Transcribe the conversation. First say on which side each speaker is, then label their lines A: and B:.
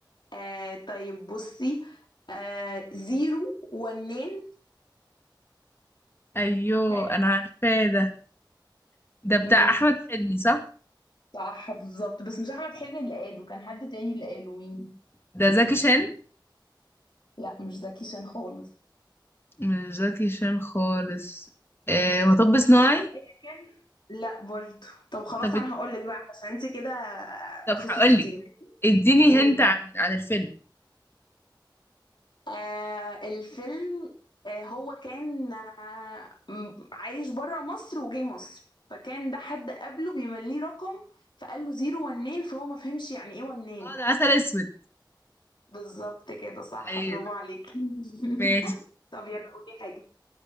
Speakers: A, on the left; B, on the left.
A: آه طيب بصي آه زيرو ونين
B: أيوه
A: ها
B: أنا عارفاه ده ده بتاع
A: امم
B: احمد حلمي صح
A: صح بالظبط بس مش احمد حلمي اللي قاله كان حد تاني اللي قاله مين
B: ده زكي شان
A: لا مش زكي شان خالص
B: مش زكي شان خالص آه مطب صناعي
A: هي هي كان لا برضه طب خلاص
B: طب
A: انا هقول لك بقى عشان انت كده
B: طب
A: خسرتي
B: هقولك اديني
A: قولي
B: هنت عن عن الفيلم
A: آه الفيلم آه هو كان آه م- عايش بره مصر وجاي مصر فكان ده حد قبله بيمليه رقم فقال له زيرو ونين فهو ما فهمش يعني ايه ونين
B: اه ده عسل اسود
A: بالظبط كده صح
B: ايوه
A: برافو عليك
B: ماشي
A: <laughs> طب يلا قولي حاجة